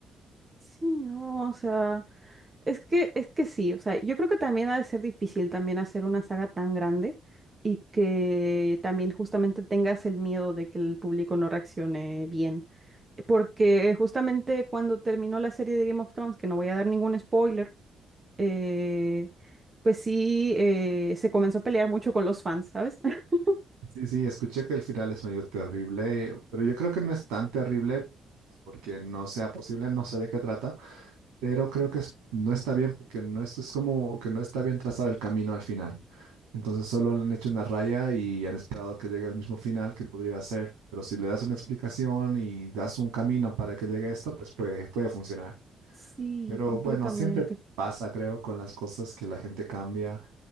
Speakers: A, on the right; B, on the right.
A: Sí, no, o sea... Es que, es que sí, o sea, yo creo que también ha de ser difícil también hacer una saga tan grande y que también justamente tengas el miedo de que el público no reaccione bien. Porque justamente cuando terminó la serie de Game of Thrones, que no voy a dar ningún spoiler, eh, pues sí, eh, se comenzó a pelear mucho con los fans, ¿sabes? <laughs>
B: Sí, sí, escuché que el final es medio terrible, pero yo creo que no es tan terrible porque no sea posible, no sé de qué trata, pero creo que es- no está bien porque no es, es como que no está bien trazado el camino al final. Entonces solo le han hecho una raya y han esperado que llegue al mismo final que podría ser, pero si le das una explicación y das un camino para que llegue a esto, pues puede, puede funcionar.
A: Sí,
B: Pero
A: completamente.
B: bueno, siempre pasa, creo, con las cosas que la gente cambia